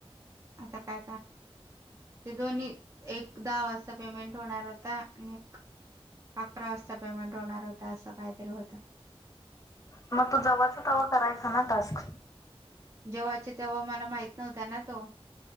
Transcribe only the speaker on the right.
आता काय ते दोन्ही एक दहा वाजता पेमेंट होणार होता आणि अकरा वाजता पेमेंट होणार होता असं काहीतरी होतं
जवचे तेव्हा मला माहित नव्हता ना तो